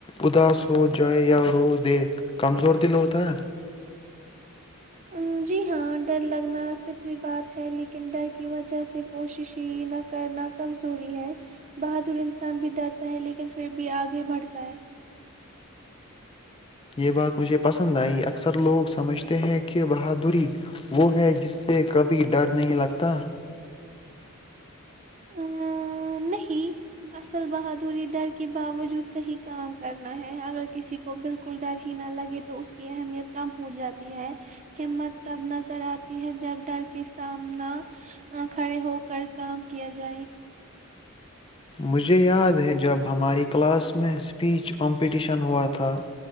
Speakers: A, on the left; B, on the right.
A: اداس ہو جائے یا رو دے کمزور دل ہوتا ہے
B: ام، جی ہاں ڈر لگنا فطری بات ہے لیکن ڈر کی وجہ سے کوشش ہی نہ کرنا کمزوری ہے بہادر انسان بھی ڈرتا ہے لیکن ن پھر بھی آگے بڑھتا ہے
A: یہ بات مجھے پسند آئی، اکثر لوگ سمجھتے ہیں کہ بہادری وہ ہے جس سے کبھی ڈر نہیں لگتا
B: ا نہیں اصل بہادری ڈر کے باوجود صحیح کام کرنا ہے اگر کسی کو بالکل ڈر ہی نہ لگے تو اس کی اہمیت کم ہو جاتی ہے ہمت تب نظر آتی ہے جب ڈر کے سامنا کھڑے ہو کر کام کیا جائے
A: مجھے یاد ہے جب ہماری کلاس میں اسپیچ کمپٹیشن ہوا تھا